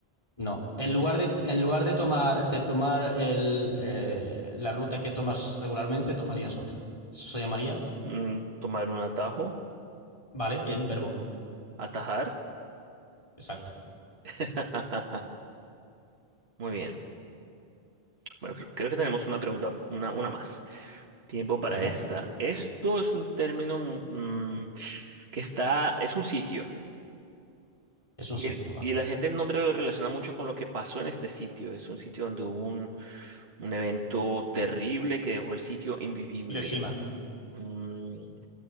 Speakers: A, on the left; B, on the right.
A: no. En lugar de, en lugar de tomar, de tomar el, eh, la ruta que tomas regularmente, tomarías otra. Eso se llamaría.
B: mm, tomar un atajo,
A: Vale, bien, verbo.
B: atajar.
A: Exacto.
B: <laughs> Muy bien. Bueno, creo, creo que tenemos una pregunta, una, una más. Tiempo para
A: Venga,
B: esta. Esto es un término mm, que está, es un sitio.
A: es un
B: Y,
A: sitio,
B: el-
A: va.
B: y la gente el nombre lo relaciona mucho con lo que pasó en este sitio. Es un sitio donde hubo un Un evento terrible que dejó el sitio invivible.
A: Hiroshima,
B: mm,